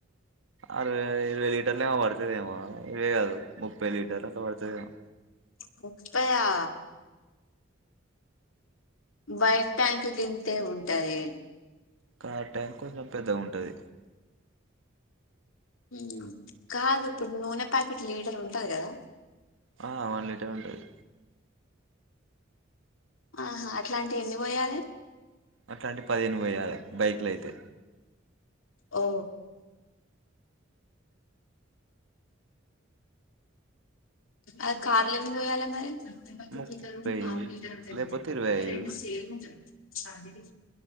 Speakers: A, on the right; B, on the left.
A: అరవై ఇరవై లీటర్లు ఏమో పడుతదేమో ఇరవై కాదు ముప్పై లీటర్లు అట్ల పడుతదేమో
B: ముప్పయా బైక్ ట్యాంక్ గింతే ఉంటది
A: కార్ ట్యాంక్ కొంచెం పెద్దగా ఉంటది
B: హు కాదు ఇప్పుడు నూనె ప్యాకెట్ లీటర్ ఉంటది కదా
A: ఆ వన్ లీటర్ ఉంటది
B: ఆహా అట్లాంటివి ఎన్ని పొయ్యాలే
A: అట్లాంటివి పదిహేను బొయ్యలే బైక్లో అయితే
B: ఓ అ కార్లో ఎన్ని పోయాల మరి నెంబర్ చూపిస్తారు
A: ముప్పై
B: పావు లీటర్ ఉంటాయి
A: లేకపోతే
B: జూడు
A: ఇరవై
B: అ
A: ఐదు
B: రెండు సేమ్ ఉంటాయి